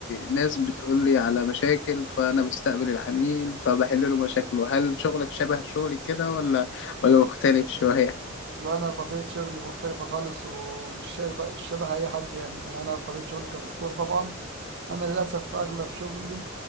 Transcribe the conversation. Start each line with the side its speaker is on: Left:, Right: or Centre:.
Left: ناس بتقول لي على مشاكل فانا بستقبل العميل فبحل له مشاكله هل شغلك شبه شغلي كده ولا ولا مختلف شوية
Right: لا أنا طبيعة شغلي مختلفة خالص ومش شبه, مش شبه أي حد يعني أنا طبيعة شغلي كدكتور طبعا أنا للأسف أغلب شغلي